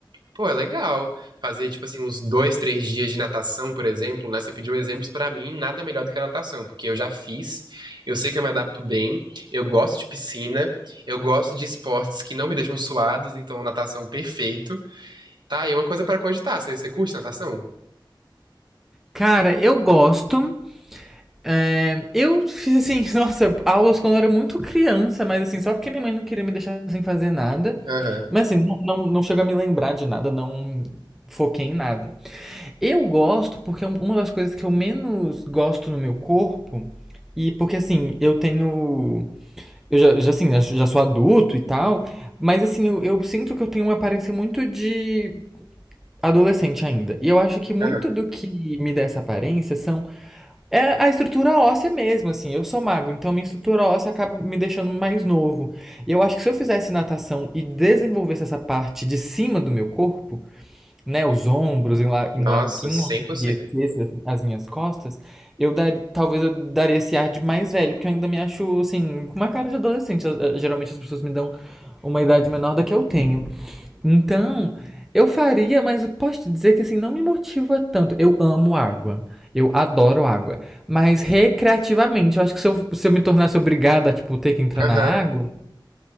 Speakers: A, on the right; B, in the centre.
A: Pô, é legal. Fazer, tipo assim, uns dois, três dias de natação, por exemplo, né? Você pediu exemplos pra mim, nada melhor do que a natação, porque eu já fiz, eu sei que eu me adapto bem, eu gosto de piscina, eu gosto de esportes que não me deixam suados, então natação perfeito. Tá aí uma coisa pra cogitar. Você, você curte natação?
B: Cara, eu gosto É, eu fiz assim, <laughs> nossa, aulas quando eu era muito criança, mas assim, só porque minha mãe não queria me deixar sem fazer nada.
A: Aham,
B: Mas assim, não, não, não chego a me lembrar de nada, não foquei em nada. Eu gosto porque é um- uma das coisas que eu menos gosto no meu corpo, e porque assim, eu tenho. Eu já, já, assim, já, já sou adulto e tal, mas assim, eu, eu sinto que eu tenho uma aparência muito de adolescente ainda. E eu acho que muito
A: aham.
B: do que me dá essa aparência são é a estrutura óssea mesmo, assim. Eu sou magro, então minha estrutura óssea acaba me deixando mais novo. E eu acho que se eu fizesse natação e desenvolvesse essa parte de cima do meu corpo, né, os ombros, enla- enla-
A: Nossa,
B: enlarguecesse
A: cem por cento.
B: as as minhas costas, eu dar, talvez eu daria esse ar de mais velho, porque eu ainda me acho, assim, com uma cara de adolescente. Eh, eh, Geralmente as pessoas me dão uma idade menor da que eu tenho. Então, eu faria, mas eu posso te dizer que assim não me motiva tanto. Eu amo água. Eu adoro água. Mas recreativamente, eu acho que se eu, se eu me tornasse obrigada a, tipo, ter que entrar
A: Aham.
B: na água,